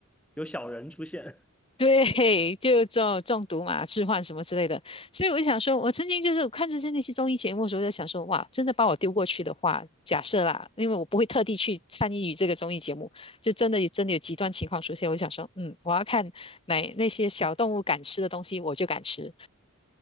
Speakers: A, in the centre; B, on the left.
A: 有小人出现。
B: 对，就中中毒嘛，置换什么之类的。所以我就想说，我曾经就是看着那些综艺节目的时候，我就想说，哇，真的把我丢过去的话，假设啦，因为我不会特地去参与这个综艺节目，就真的有真的有极端情况出现，我就想说，嗯，我要看哪那些小动物敢吃的东西，我就敢吃；